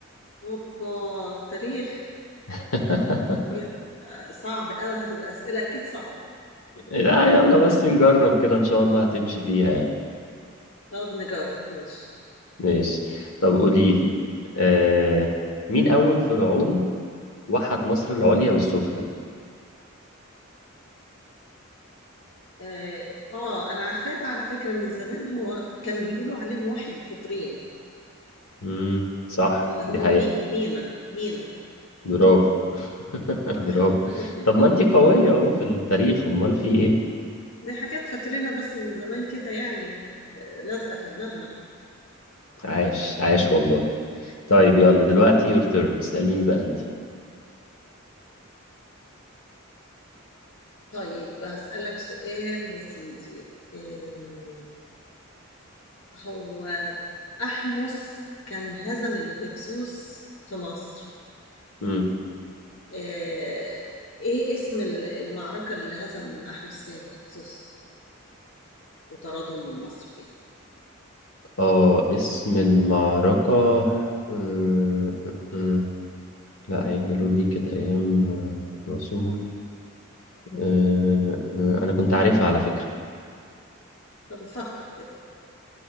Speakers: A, on the left; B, on the left.
A: اوبا التاريخ
B: <laughs>
A: يا- آه، صعب قوي هتبقى اسئله اكيد صعبه
B: لا يلا بس نجرب كده ان شاء الله هتمشي فيها
A: طب نجرب ماشي
B: ماشي طب قوليلي آه، مين اول فرعون وحد مصر العليا والسفلى
A: اه آه، انا عارفاه ده على فكره من زمان هو كانوا بيقولوا عليه موحد القطرين
B: امم صح
A: اللي هو
B: دي حقيقة
A: مي مينا مينا
B: برافو
A: صح
B: <laughs> برافو
A: <laughs>
B: طب ما انتي قوية اهو في التاريخ امال في ايه
A: دي حاجات فاكرينها بس من زمان كده يعني آه، لازقه في دماغنا
B: عاش عاش والله طيب يلا دلوقتي يور تيرن اسأليني بقى انتي
A: طيب بسألك سؤال يا سيدي آه، هو أحمس كان هزم الهكسوس في مصر
B: امم
A: آه، إيه اسم ال- المعركة اللي هزم أحمس فيها الهكسوس وطردهم من مصر فيها
B: اه اسم المعركة أمم، أمم. لا عين جالوت دي كانت ايام آه، الرسول آه، آه، انا كنت عارفها على فكرة
A: طب فكر كده